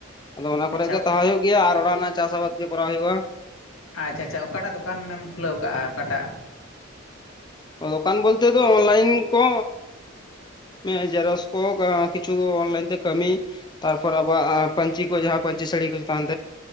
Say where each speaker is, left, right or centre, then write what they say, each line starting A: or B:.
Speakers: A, on the left; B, on the left.
A: ᱟᱫᱚ ᱚᱱᱟ ᱠᱚᱨᱮ
B: ᱟᱪᱪᱷᱟ
A: ᱜᱮ ᱛᱟᱦᱮᱸ ᱦᱩᱭᱩᱜ ᱠᱟᱱᱟ ᱜᱮᱭᱟ ᱟᱨ ᱚᱲᱟᱜ ᱨᱮᱱᱟᱜ ᱪᱟᱥ ᱟᱵᱟᱫᱽ ᱜᱮ ᱠᱚᱨᱟᱣ ᱦᱩᱭᱩᱜᱼᱟ
B: ᱟᱪᱷᱟ ᱟᱪᱷᱟ ᱚᱠᱟᱴᱟᱜ ᱫᱚᱠᱟᱱᱮᱢ ᱠᱷᱩᱞᱟᱹᱣ ᱠᱟᱜᱼᱟ ᱚᱠᱟᱴᱟᱜ?
A: ᱫᱚᱠᱟᱱ ᱵᱚᱞᱛᱮ ᱫᱚ ᱚᱱᱞᱟᱭᱤᱱ ᱠᱚ <unintelligible> ᱡᱮᱨᱚᱠᱚᱥ ᱠᱳ ᱠᱤᱪᱷᱩ ᱚᱱᱞᱟᱭᱤᱱ ᱛᱮ ᱠᱟᱹᱢᱤ ᱛᱟᱨᱯᱚᱨ ᱟᱵᱚᱣᱟᱜ ᱯᱟᱹᱧᱪᱤ ᱠᱚ ᱡᱟᱦᱟᱸ ᱯᱟᱹᱧᱪᱤ ᱥᱟᱹᱲᱤ ᱠᱚ ᱪᱮᱛ ᱛᱟᱦᱮᱸ